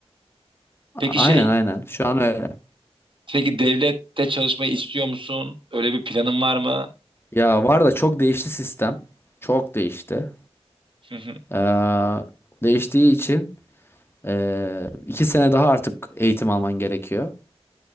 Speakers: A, on the right (about 50°); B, on the left (about 20°).
A: Peki
B: Aynen
A: şey
B: aynen. Şu an öyle.
A: Peki devlette çalışmayı istiyor musun? Öyle bir planın var mı?
B: Ya var da çok değişti sistem. Çok değişti.
A: Hı hı.
B: Ee, değiştiği için e, iki sene daha artık eğitim alman gerekiyor.